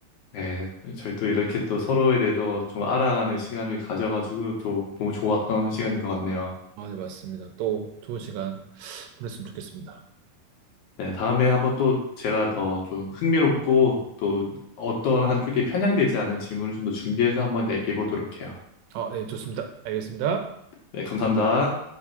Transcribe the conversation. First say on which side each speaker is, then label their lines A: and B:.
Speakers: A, on the left (about 70°); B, on the right (about 80°).
A: 네, 저희 또 이렇게 또 서로에 대해서 좀 알아가는 시간을 가져가지고 또 너무 좋았던 시간인 것 같네요.
B: 아, 네, 맞습니다. 또 좋은 시간 보냈으면 좋겠습니다.
A: 네, 다음에 한번 또 제가 더 좀 흥미롭고 또 어떤 한쪽에 편향되지 않은 질문을 좀 더 준비해서 한번 얘기해 보도록 해요.
B: 아, 네, 좋습니다. 알겠습니다.
A: 네, 감사합니다.